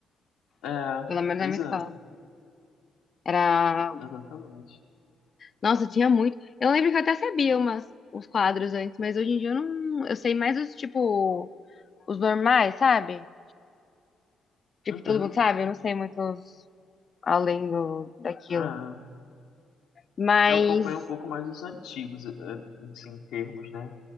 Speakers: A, on the left (about 90°); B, on the left (about 40°).
A: É,
B: pelo menos
A: pois
B: na minha
A: é.
B: escola. Era.
A: Exatamente.
B: Nossa, tinha muito. Eu lembro que eu até sabia umas, uns quadros antes, mas hoje em dia eu não. Eu sei mais os, tipo, os normais, sabe? Tipo,
A: Uhum.
B: todo mundo sabe? Eu não sei muito os- além do, daquilo.
A: É,
B: Mas.
A: eu acompanho um pouco mais os antigos, eh, assim, em termos, né?